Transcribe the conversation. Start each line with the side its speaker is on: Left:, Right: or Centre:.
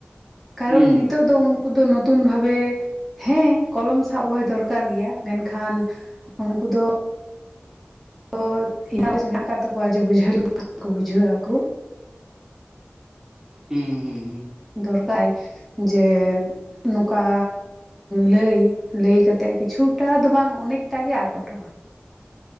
Centre: ᱠᱟᱨᱚᱱ
Right: ᱦᱩᱸ
Centre: ᱱᱤᱛᱚᱜ ᱫᱚ ᱩᱱᱠᱩ ᱫᱚ ᱧᱩᱛᱩᱢ ᱵᱷᱟᱵᱮ ᱦᱮᱸ ᱠᱚᱞᱚᱢ ᱥᱟᱵ ᱦᱚᱭ ᱫᱚᱨᱠᱟᱨ ᱜᱮᱭᱟ, ᱢᱮᱱᱠᱷᱟᱱ ᱩᱱᱠᱩ ᱫᱚ ᱛᱚ <inaudible> ᱢᱮᱱᱟᱜ ᱠᱟᱫ ᱛᱟᱠᱚᱣᱟ ᱡᱮ ᱵᱩᱡᱷᱟᱹᱣ <inaudible> ᱵᱩᱡᱷᱟᱹᱜ ᱟᱠᱚ᱾
Right: ᱦᱩᱸ᱾ ᱦᱩᱸ
Centre: ᱫᱚᱨᱠᱟᱭ ᱡᱮ ᱱᱚᱝᱠᱟ ᱞᱟᱹᱭ ᱞᱟᱹᱭ ᱠᱟ ᱛᱮ ᱠᱤᱪᱷᱩ ᱴᱟ ᱫᱚ ᱵᱟᱝ ᱚᱱᱮᱠᱴᱟ ᱜᱮ ᱟᱠᱚᱴᱚᱜᱼᱟ ᱾